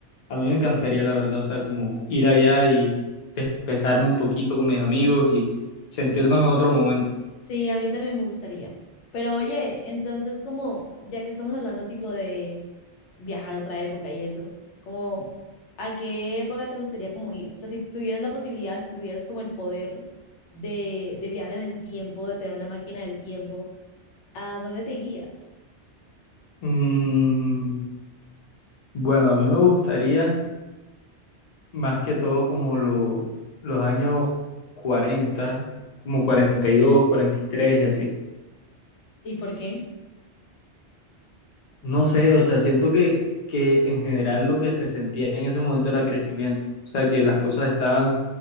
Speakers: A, on the left; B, on the left.
A: A mí me encantaría, la verdad, o sea, como ir allá y despejarme un poquito con mis amigos y sentirnos en otro momento.
B: Sí, a mí también me gustaría. Pero oye, entonces como ya que estamos hablando tipo de viajar a otra época y eso, como a qué época te gustaría como ir, o sea, si tuvieras la posibilidad, si tuvieras como el poder de, de viajar en el tiempo, de tener una máquina del tiempo, ¿a dónde te irías?
A: Mm, bueno, a mí me gustaría más que todo como los, los años cuarenta como cuarenta cuarenta y dos cuarenta y tres y así.
B: ¿Y por qué?
A: No sé, o sea, siento que, que en general lo que se sentía en ese momento era crecimiento, o sea, que las cosas estaban